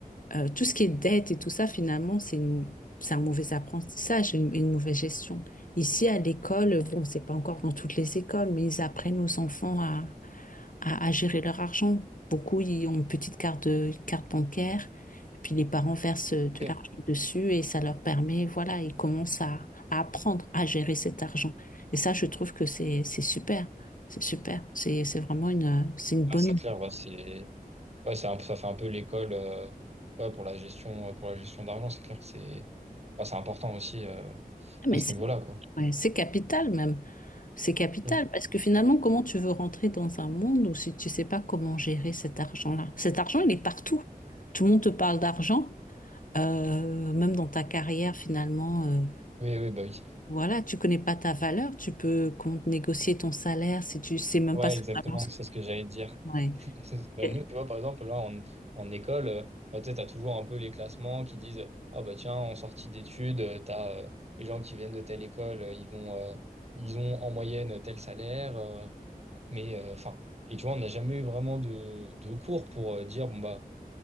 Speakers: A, on the left; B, on the right.
A: euh, tout ce qui est dette et tout ça, finalement, c'est une- c'est un mauvais apprentissage, une, une mauvaise gestion. Ici, à l'école, bon, c'est pas encore dans toutes les écoles, mais ils apprennent aux enfants à, à, à gérer leur argent. Beaucoup, ils ont une petite carte, de- une carte bancaire, puis les parents versent de
B: Ok.
A: l'argent dessus et ça leur permet, voilà, ils commencent à, à apprendre à gérer cet argent. Et ça, je trouve que c'est, c'est super. C'est super. C'est, c'est vraiment une, c'est une bonne.
B: Ah, c'est clair, ouais, c'est, ouais, c'est un peu- ça fait un peu l'école, euh, ouais, pour la gestion, euh, pour la gestion d'argent. C'est clair que c'est, enfin, c'est important aussi euh,
A: Mais
B: à ce
A: c'est,
B: niveau-là, quoi.
A: ouais, c'est capital même. C'est capital
B: Mm.
A: parce que finalement, comment tu veux rentrer dans un monde où si tu sais pas comment gérer cet argent-là? Cet argent, il est partout. Tout le monde te parle d'argent, euh, même dans ta carrière finalement. euh,
B: Oui, oui, bah oui.
A: voilà, tu connais pas ta valeur, tu peux compte négocier ton salaire si tu sais même
B: Ouais,
A: pas ce
B: exactement.
A: vraiment ce que-
B: C'est ce que j'allais dire.
A: ouais.
B: C'est- bah,
A: Et-
B: nous, tu vois, par exemple, là, en, en école, euh, bah, tu sais, t'as toujours un peu les classements qui disent, ah bah tiens, en sortie d'études, euh, t'as euh, les gens qui viennent de telle école, euh, ils vont, euh, ils ont en moyenne tel salaire, euh, mais euh, enfin, et tu vois, on n'a jamais eu vraiment de, de cours pour euh, dire, bon bah,